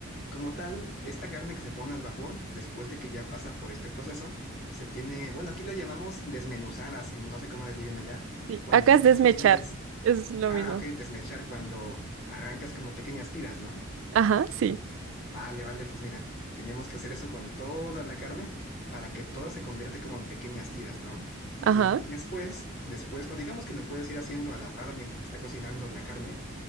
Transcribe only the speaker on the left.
como tal, esta carne que se pone al vapor, después de que ya pasa por este proceso, se tiene, bueno, aquí la llamamos desmenuzar, así, no sé cómo le digan allá,
cuando
tienes,
tienes,
ah,
ok, desmechar, cuando arrancas como pequeñas tiras, ¿no?
Vale, vale, pues mira, tenemos que hacer eso con toda la carne para que todo se convierta como en pequeñas tiras, ¿no?
Y después, después, o digamos que lo puedes ir haciendo a la par mientras está cocinando la carne,